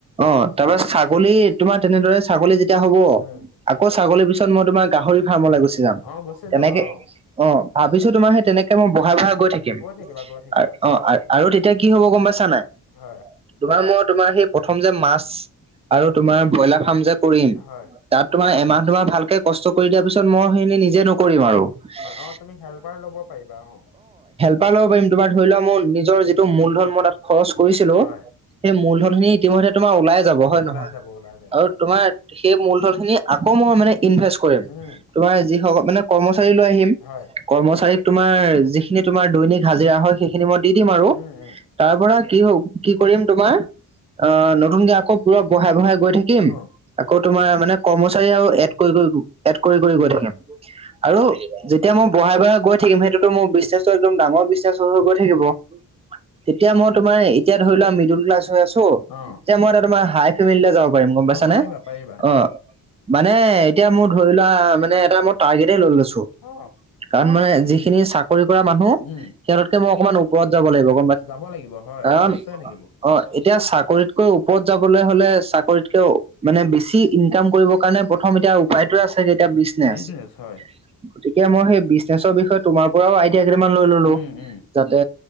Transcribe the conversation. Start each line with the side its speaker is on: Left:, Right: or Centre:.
Right: অঁ তাৰপা ছাগলী তোমাৰ তেনেদৰে ছাগলী যেতিয়া হব
Left: উম
Right: আকৌ ছাগলী <unintelligible> বেচা পিছত মই তোমাৰ গাহৰি ফাৰ্মলৈ গুচি যাম।
Left: অ গুচি
Right: তেনেকে
Left: যাবা অ
Right: অঁ ভাবিছোঁ তোমাৰ সেই তেনেকে মই বঢ়াই-বঢ়াই <unintelligible> গৈ থাকিম।
Left: থাকিবা গৈ থাকিবা
Right: অঁ আৰু তেতিয়া কি হ'ব গম পাইছা নাই? <unintelligible>
Left: হয়। <inaudible>
Right: তোমাৰ মই তোমাৰ সেই প্ৰথম যে মাছ আৰু তোমাৰ ব্ৰইলাৰ ফাৰ্ম যে কৰিম <unintelligible>
Left: হয়
Right: তাত তোমাৰ এমাহ তোমাৰ ভালকে কষ্ট কৰি দিয়াৰ পিছত মই সেইখিনি নিজে নকৰিম আৰু। <unintelligible>
Left: অঁ তুমি হেল্পাৰ ল'ব পাৰিবা অঁ। <unintelligible>
Right: চাই ল'ব পাৰিম তোমাৰ ধৰি লোৱা মোৰ নিজৰ যিটো মূলধন মই তাত খৰচ কৰিছিলো
Left: হয়
Right: সেই মূলধনখিনি <unintelligible> ইতিমধ্যে তোমাৰ ওলাই যাব হয় নহয়
Left: ওলাই যাব ওলাই যাব
Right: আৰু তোমাৰ সেই মূলধনখিনি <unintelligible> আকৌ মই মানে ইনভেষ্ট কৰিম
Left: উম
Right: তোমাৰ যি <unintelligible> মানে কৰ্মচাৰী লৈ আহিম।
Left: হয় <inaudible>
Right: কৰ্মচাৰীক তোমাৰ যিখিনি তোমাৰ দৈনিক হাজিৰা হয় সেইখিনি মই দি দিম আৰু। <unintelligible>
Left: উম উম
Right: তাৰ পৰা কি <unintelligible> হ কি কৰিম তোমাৰ অ নতুনকে আকৌ পুৰা বঢ়াই-বঢ়াই গৈ থাকিম।
Left: অ
Right: আকৌ তোমাৰ মানে কৰ্মচাৰী আৰু এড কৰি-কৰি-কৰি গৈ থাকিম আৰু। <unintelligible> যেতিয়া মই বঢ়াই-বঢ়াই গৈ থাকিম সেইটোতো মোৰ বিজনেচৰ একদম ডাঙৰ বিজনেচ হৈ গৈ থাকিব। <unintelligible> তেতিয়া মই তোমাৰ এতিয়া ধৰি লোৱা মিডোল ক্লাছ হৈ আছোঁ
Left: অ
Right: এতিয়া মই তোমাৰ হাই <unintelligible> <unintelligible> যাব পাৰিম গম পাইছানে?
Left: অ পাৰিবা পাৰিবা <inaudible>
Right: অ মানে এতিয়া মোৰ ধৰি লোৱা মানে এটা মই টাৰ্গেটতে লৈ লৈছোঁ।
Left: অ
Right: <unintelligible> কাৰণ মানে যিখিনি চাকৰি কৰা মানুহ
Left: উম
Right: সিহঁতকে মই অকমান ওপৰত যাব লাগিব। <inaudible>
Left: যাব লাগিব হয়,
Right: কাৰণ
Left: নিশ্চয় থাকিব। <unintelligible>
Right: অ এতিয়া চাকৰিতকৈ ওপৰত যাবলৈ হ'লে চাকৰিতকেও <inaudible> মানে বেছি ইনকাম কৰিবৰ কাৰণে প্ৰথম এতিয়া উপায়টোৱ‌ই আছে যে এতিয়া বিজনেছ।
Left: বিজনেচ হয়
Right: <inaudible> গতিকে মই সেই বিজনেচৰ বিষয়ে তোমাৰ পৰাও আইডিয়া কেইটামান লৈ ললোঁ।
Left: উম
Right: <unintelligible>
Left: উম
Right: যাতে